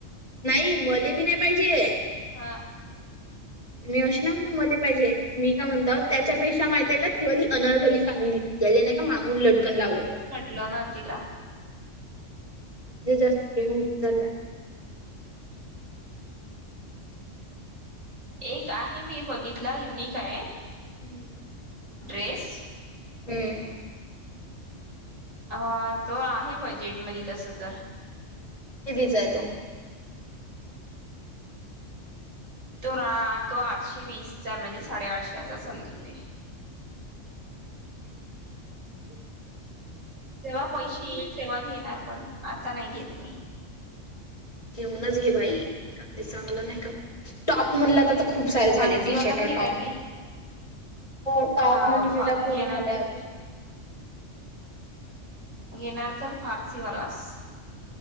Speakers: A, on the left; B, on the right.
A: नाही मले बी नाही पाहिजे
B: हा
A: मी अशी ना म्हणतो मध्ये पाहिजे मी का म्हणत त्या त्याच्यापेक्षा माहितय का िवाली अनरखली चांगली त्या नाही का मागून लटकन लावलं होत
B: भेटलं ना तिला
A: जे जास्त प्रेम उतु चंलाय
B: एक आहे मी बघितला युनिक आहे
A: हम् हम
B: ड्रेस
A: हम्म
B: अ तो आहे बजेटमध्ये तस तर
A: ते दिच आहे तो
B: तो रा तो आठशे वीसचा म्हणजे साडेआठशेचा समजून घे जेव्हा पैसे येईल तेव्हा घेणार पण आता नाही घेत मी
A: घेऊनच घ बाई एखदी चांगलं नाही टॉप म्हणलं आ खूप सारे झाले
B: फारसीवालाच
A: टी शर्ट
B: घेणार
A: टॉप
B: घे
A: घेन हो टप
B: हा
A: नटि सटा
B: फा घेणार
A: खूप झाले
B: तर
A: आता
B: येेणार तर फारसीवालासम